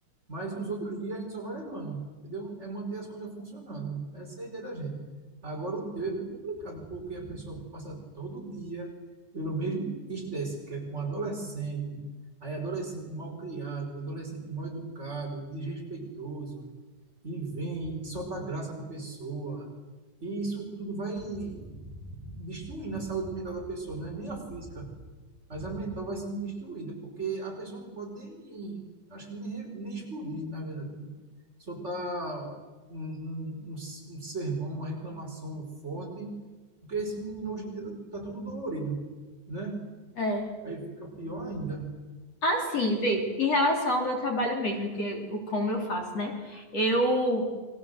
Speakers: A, on the right; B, on the left.
A: Mas os outros dias a gente só vai levando, entendeu? É manter as coisas funcionando. Essa é a ideia da gente. Agora o teu é bem complicado, porque a pessoa passa todo dia pelo mesmo estresse, que é com adolescente, aí adolescente mal criado, adolescente mal educado, desrespeitoso, e vem e solta graça para a pessoa. E isso tudo vai destruindo a saúde mental da pessoa, não é nem a física. Mas a mental vai sendo destruída, porque a pessoa não pode nem, acho que nem, re- nem explodir, na verdade. Soltar um, um, um s- um sermão, uma reclamação forte, porque esse menino hoje em dia tá todo dolorido, né?
B: É.
A: Aí fica pior ainda.
B: Assim, vê, em relação ao meu trabalho mesmo, que é o como eu faço, né? Eu